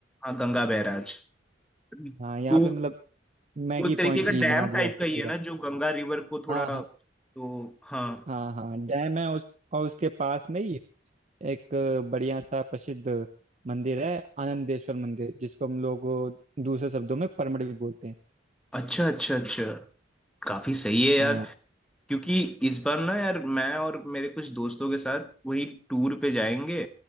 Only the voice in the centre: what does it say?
हाँ गंगा बैराज तो
वो एक तरीके
का
डैम
टाइप
का ही
है ना जो गंगा रिवर को थोड़ा
तो हाँ
अच्छा अच्छा अच्छा काफी सही है
यार क्योंकि इस बार ना यार मैं और मेरे कुछ दोस्तों के साथ वही टूर पे जाएंगे